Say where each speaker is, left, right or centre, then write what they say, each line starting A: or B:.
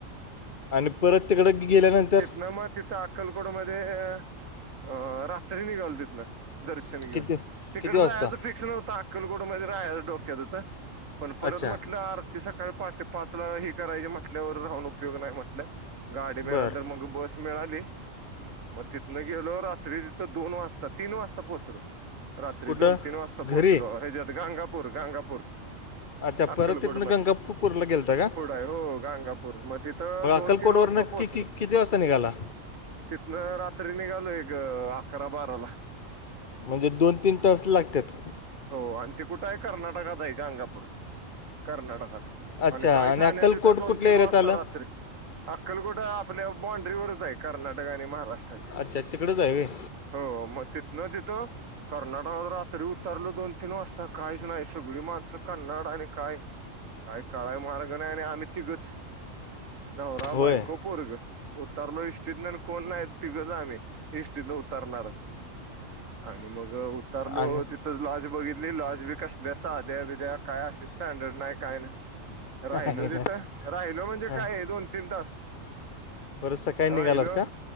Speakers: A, on the left (about 45°); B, on the right (about 75°).
A: आणि परत तिकडं गेल्यानंतर
B: तिथ न मग ती, त्या अक्कलकोट मध्ये अ रात्री निघालो तिथंन. दर्शन घेऊन
A: किती
B: तिकड
A: किती वाजता
B: जायचं फिक्स नव्हतं. अक्कलकोड मध्ये राहायच डोक्यात होत. पण, परत
A: अच्छा
B: म्हटलं आरती सकाळी पहाटे पाच ला हे करायची म्हटल्यावर राहून उपयोग नाही म्हटलं. गाडी मिळाली
A: बरं
B: तर मग, बस मिळाली मग, तिथनं गेलो रात्री तिथं दोन वाजता, तीन वाजता पोहोचलो. रात्री
A: कुठं
B: दोन, तीन वाजता
A: घरी
B: पोहोचलो ह्याच्यात गांंगापूर, गांंगापूर.
A: अच्छा
B: अक्कलकोट
A: परत तिथनं
B: मधन
A: गंगापूरला गेलता का
B: पुढं आहे हो, गांंगापूर मग तिथं दोन
A: अक्कलकोटवर
B: तीन वाजता पोहोचलो
A: की, की किती वाजता निघाला.
B: तिथनं रात्री निघालो एक अकरा, बाराला
A: म्हणजे दोन तीन तास लागत्यात?
B: हो, आणि ते कुठं आहे कर्नाटकात आहे, गांणगापूर कर्नाटकात
A: अच्छा
B: आणि काही शहाण्या
A: अक्कलकोट
B: तिथं दोन
A: कुठल्या
B: तीन
A: एरियात
B: वाजता
A: आलं
B: रात्री अक्कलकोट आपल्या बाँड्रीवरच आहे कर्नाटक आणि महाराष्ट्रा
A: अच्छा तिकडेच आहे व्हय
B: हो मग तिथं न तिथं कर्नाटकात रात्री तरल दोन तीन वाजता काहीच ना य सगळी माणसं कन्नड आणि काय. काय काळाय मार्ग नाही आणि आम्ही तिघच, नवरा
A: होय
B: बायको पोरग उतारलो इष्टीतन कोण नाही तिघंच आम्ही इष्टी तन उतारणार. आणि मग उतारलो
A: आणि
B: तिथ. तर लॉज बघितली लॉज बी कसल्या साध्या बिद्या काय अशी स्टँडर्ड नाही काय नाही. राहिलो
A: आहे
B: तिथं
A: ना
B: राहिलो म्हणजे
A: हां
B: काय दोन तीन तास?
A: बरं सकाळी
B: हा
A: निघालास
B: हॅलो.
A: का